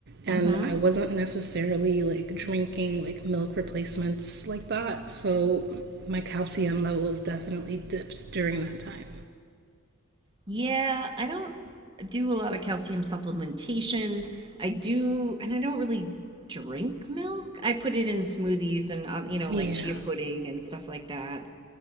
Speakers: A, on the right; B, on the right.
A: and
B: Mm-hmm.
A: I wasn't necessarily like drinking like milk replacements like that. So my calcium levels definitely dipped during that time.
B: Yeah, I don't do a lot of calcium supplementation. I do, and I don't really drink milk. I put it in smoothies and, uh, you know,
A: Yeah.
B: like chia pudding and stuff like that.